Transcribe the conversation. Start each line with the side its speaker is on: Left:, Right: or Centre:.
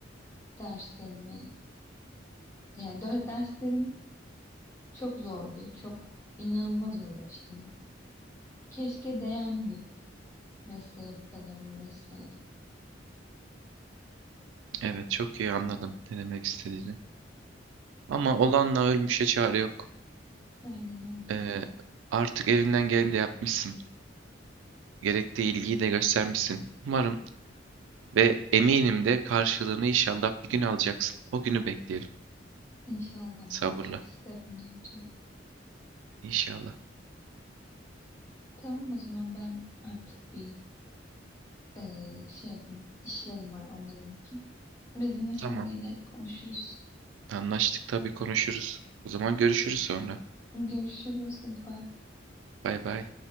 Left: Derslerimi, yani de- derslerim çok zordu. Çok inanılmaz uğraştım. Keşke değen bir mesleğe bu kadar uğraşsaydım.
Right: Evet çok iyi anladım ne demek istediğini. Ama olanla ölmüşe çare yok.
Left: Aynen öyle.
Right: E, artık elinden geleni de yapmışsın. Gerektiği ilgiyi de göstermişsin. Umarım ve eminim de karşılığını inşallah bir gün alacaksın. O günü bekleyelim
Left: İnşallah
Right: sabırla.
Left: ya çok isterim gerçekten.
Right: İnşallah.
Left: Tamam o zaman ben artık bir eee, şey yapayım. İşlerim var onlara bakayım. Biz yine sonra
Right: Tamam.
Left: yine konuşuruz.
Right: Anlaştık tabii konuşuruz. O zaman görüşürüz sonra.
Left: Görüşürüz. Hadi bay bay.
Right: Bay bay.